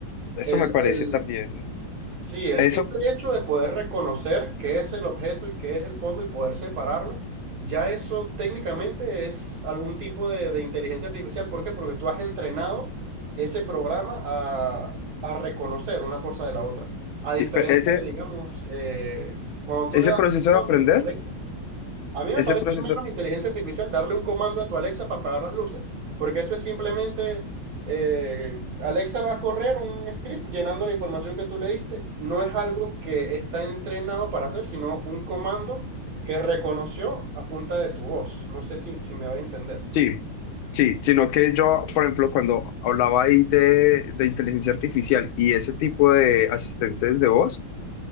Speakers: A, on the left; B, on the right.
A: eso
B: El,
A: me parece
B: el-
A: también,
B: sí, el
A: eso,
B: simple hecho de poder reconocer qué es el objeto y qué es el fondo y poder separarlo, ya eso técnicamente es algún tipo de, de inteligencia artificial. ¿Por qué? Porque tú has entrenado ese programa a, a reconocer una cosa de la otra. A
A: sí,
B: diferencia
A: pero ese,
B: de, digamos, eh, cuando tú
A: ese
B: le das
A: proceso
B: un comando
A: de aprender,
B: a tu Alexa, a mí me
A: ese
B: parece
A: proceso,
B: menos inteligencia artificial darle un comando a tu Alexa para apagar las luces, porque eso es simplemente, eh, Alexa va a correr un script llenando la información que tú le diste. No es algo que está entrenado para hacer, sino un comando que reconoció a punta de tu voz. No sé si, si me voy a entender.
A: sí, sí, sino que yo, por ejemplo, cuando hablaba ahí de, de inteligencia artificial y ese tipo de asistentes de voz,